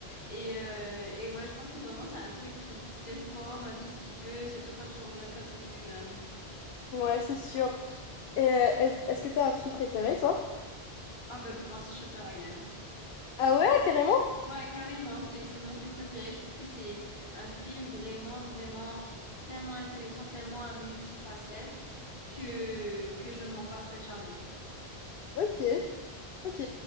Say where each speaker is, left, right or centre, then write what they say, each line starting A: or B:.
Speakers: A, on the left; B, on the left.
A: Et, euh, et ouais, je pense que vraiment c'est un truc qui, qui te forme un tout petit peu, surtout quand tu le regardes quand t'es plus jeune.
B: Ouais, c'est sûr. Et, euh, est-ce, est-ce que t'as un film préféré, toi?
A: Ah ben pour moi c'est Shutter Island.
B: Ah ouais, carrément?
A: Ouais, carrément, c'est, c'est mon film préféré. Je trouve que c'est un film vraiment, vraiment tellement intéressant, tellement à multifacettes que, que je m'en passerai jamais.
B: Ok. Ok,